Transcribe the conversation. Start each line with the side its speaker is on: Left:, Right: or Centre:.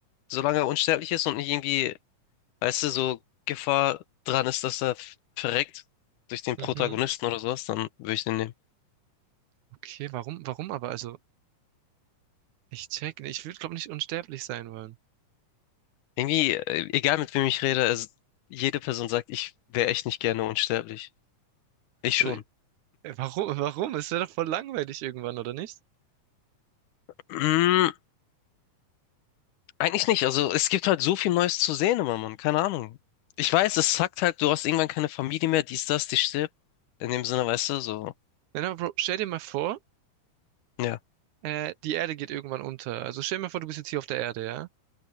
Left: solange er unsterblich ist und nicht irgendwie Weißt du, so Gefahr dran ist, dass er f- verreckt durch den Protagonisten
Right: Mhm.
Left: oder sowas, dann würde ich den nehmen.
Right: Okay, warum, warum aber? Also, ich check, nee, ich würde, glaube nicht unsterblich sein wollen.
Left: Irgendwie, äh, egal mit wem ich rede, es, jede Person sagt, ich wäre echt nicht gerne unsterblich. Ich
Right: Also,
Left: schon.
Right: äh, warum, <laughs> warum? Es wäre doch voll langweilig irgendwann, oder nicht?
Left: Mm, eigentlich nicht. Also es gibt halt so viel Neues zu sehen immer, Mann. Keine Ahnung. Ich weiß, es sagt halt, du hast irgendwann keine Familie mehr, dies, das, die stirbt. In dem Sinne, weißt du, so.
Right: Nein, aber Bro, stell dir mal vor,
Left: Ja.
Right: äh, die Erde geht irgendwann unter. Also stell dir mal vor, du bist jetzt hier auf der Erde, ja?